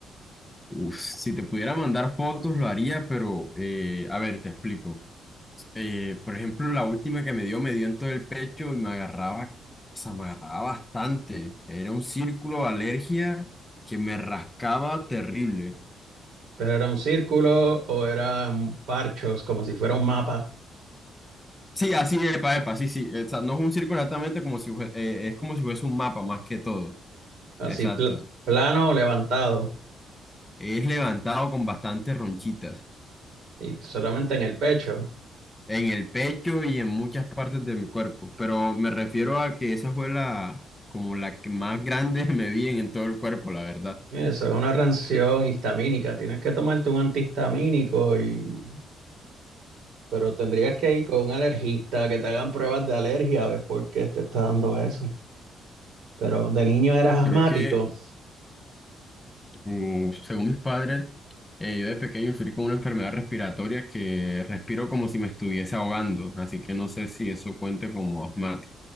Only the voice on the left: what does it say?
Uf, si te pudiera mandar fotos, lo haría, pero eh, a ver, te explico. Eh, por ejemplo, la última que me dio, me dio en todo el pecho y me agarraba, o sea, me agarraba bastante. Era un círculo de alergia que me rascaba terrible.
Sí, así, epa, epa, sí, sí. O sea, no es un círculo exactamente como si, fue- eh, es como si fuese un mapa más que todo.
Exacto.
Es levantado con bastantes ronchitas.
en el pecho y en muchas partes de mi cuerpo, pero me refiero a que esa fue la, como la que más grande <laughs> me vi en, en todo el cuerpo, la verdad.
Creo que, mm, según mis padres, eh, yo de pequeño sufrí con una enfermedad respiratoria que respiro como si me estuviese ahogando, así que no sé si eso cuente como asma